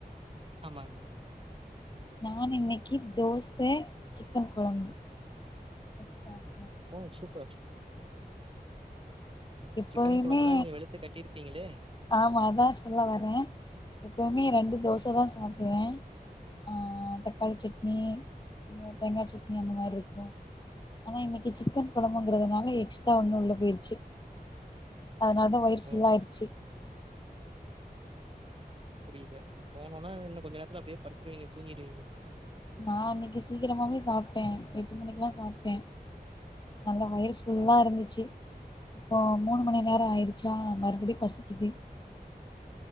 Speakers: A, on the right; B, on the left.
A: ஆமாங்க
B: நான் இன்னைக்கு தோச சிக்கன் கொழம்பு வச்சு சாப்ட்டே
A: ஓ சூப்பர்
B: எப்பயுமே
A: சிக்கன் கொழம்புன்னா நீங்க வெளுத்து கட்டிருப்பீங்களே
B: ஆமா அதா சொல்ல வரே எப்பவுமே ரெண்டு தோச தா சாப்டுவே ஆ தக்காளி சட்னி தேங்காய் சட்னி அந்த மாதிரி இருக்கு ஆனா இன்னைக்கு சிக்கன் கொழம்புங்கிறதுனால எக்ஸ்ட்ரா ஒன்னு உள்ள போயிருச்சு அதனால தா வயிற ஃபுல்லா
A: ஓ!
B: ஆயிடுச்சு
A: புரியுது போனோன்ன இன்னு கொஞ்ச நேரத்துல அப்படியே படுத்துருவீங்க தூங்கிடுவீங்க
B: நா இன்னைக்கு சீக்கிரமாவே சாப்ட்டே எட்டு மணிக்கெல்லா சாப்ட்டே நல்ல வயிற ஃபுல்லா
A: ஓ!
B: இருந்துச்சு இப்போ மூணு மணி நேரம் ஆயிடுச்சா மறுபடியு பசிக்குது